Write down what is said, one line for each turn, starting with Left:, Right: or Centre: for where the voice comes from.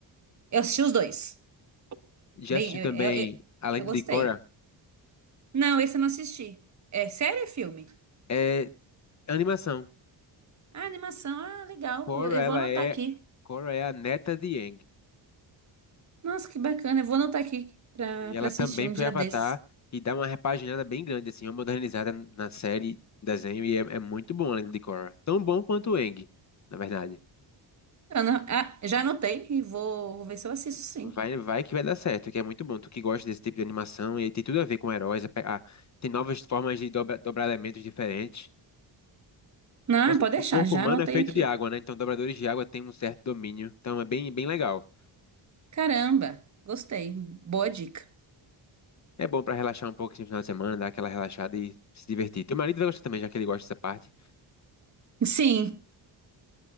Right: Eu assisti os dois.
Left: Já
Right: Bem,
Left: assisti
Right: eu,
Left: também
Right: eu, eu
Left: a Lenda
Right: eu gostei.
Left: de Korra.
Right: Não, esse eu não assisti. É sério, ou é filme?
Left: É animação.
Right: Ah, animação. Ah, legal.
Left: Korra,
Right: Eu, eu
Left: ela
Right: vou anotar
Left: é,
Right: aqui.
Left: Korra é a neta de Aang.
Right: Nossa, que bacana. Eu vou anotar aqui pra,
Left: E
Right: pra
Left: ela
Right: assistir
Left: também
Right: um
Left: foi
Right: dia
Left: Avatar
Right: desses.
Left: e dá uma repaginada bem grande, assim, uma modernizada na série, desenho, e é, é muito bom a Lenda de Korra. Tão bom quanto o Aang, na verdade.
Right: Eu não- ah, já anotei e vou, vou ver se eu assisto sim.
Left: Vai, vai que vai dar certo, que é muito bom. Tu que gosta desse tipo de animação e tem tudo a ver com heróis. é pe- ah, tem novas formas de dobra- dobrar elementos diferentes.
Right: Não,
Left: Nossa,
Right: pode
Left: o
Right: deixar,
Left: corpo
Right: já
Left: humano
Right: anotei
Left: é feito
Right: aqui.
Left: de água, né? Então dobradores de água têm um certo domínio. Então é bem, bem legal.
Right: Caramba, gostei. Boa dica.
Left: É bom pra relaxar um pouco assim, no final de semana, dar aquela relaxada e se divertir. Teu marido vai gostar também, já que ele gosta dessa parte.
Right: Sim.